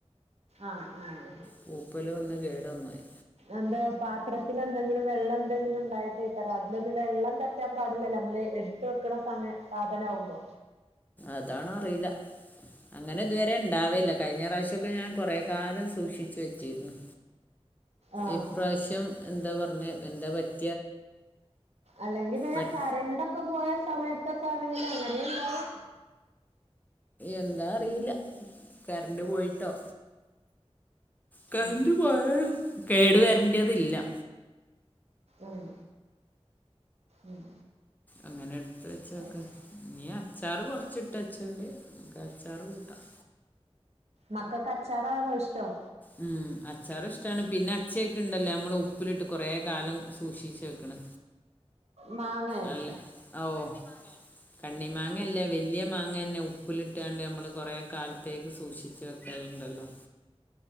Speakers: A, on the right; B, on the left.
A: ആഹ് ആഹ്
B: പൂപ്പല് വന്ന് കേട് വന്നോയി
A: എന്താ പാത്രത്തിലെന്തെങ്കിലും വെള്ളം എന്തെങ്കിലും ഇണ്ടായിട്ടായിക്കാരം അതിലൊന്ന് വെള്ളം തട് പറ്റാൻ പാടില്ലല്ലോ നമ്മള് എടുത്ത് വെക്കണ സ സാധനാകുമ്പോ
B: അതാണോ അറിയൂല്ലാ അങ്ങനെ ഇതുവരെ ഇണ്ടാവലില്ലാ കഴിഞ്ഞ പ്രാവശ്യൊക്കെ ഞാൻ കൊറെ കാലം സൂക്ഷി ച്ചുവെച്ചീരുന്നു
A: ആഹ്
B: ഈപ്രാവശ്യം എന്താ പറഞ്ഞെ എന്താ പറ്റ്
A: അല്ലെങ്കി പിന്നെ
B: പെട്ട്
A: കറൻ്റൊക് ഒക്കെ പോയ സമയത്തൊക്കെ ആണെങ്കി അങ്ങനെ ഇണ്ടാവും
B: എന്താറീല്ലാ കറൻ്റ് പോയിട്ടോ കറൻ്റ്
A: ഉം
B: പോയാലും കേട് വെരണ്ടിയെതില്ലാ
A: ഉം ഉം
B: അങ്ങനെ എടുത്ത് വെച്ചെയെക്കെ
A: അത് ശരി
B: ഇനീ അച്ചാറ് കൊറച്ചിട്ട് വെച്ചെണ്ട് നമുക്ക് അച്ചാറ് കൂട്ടാം
A: മക്കക്ക് അച്ചാറാന്നോ ഇഷ്ട്ടം
B: ഉം അച്ചാറിഷ്ട്ടാണ് പിന്നെ അച്ചിയൊക്കെ ഇണ്ടല്ലേ നമ്മള് ഉപ്പിലിട്ട് കൊറെ കാലം സൂക്ഷിച്ചു വെക്ക്ണ്
A: മാങ്ങ
B: അല്ലാ ഓഹ് മാങ്ങേ കണ്ണിമാങ്ങേ കണ്ണി മാങ്ങയല്ലാ വെല്യ മാങ്ങ തന്നെ ഉപ്പിലിട്ടാണ്ട് നമ്മള് കൊറെ കാലത്തേക്ക് സൂക്ഷിച്ചു വെക്കല്ണ്ടല്ലോ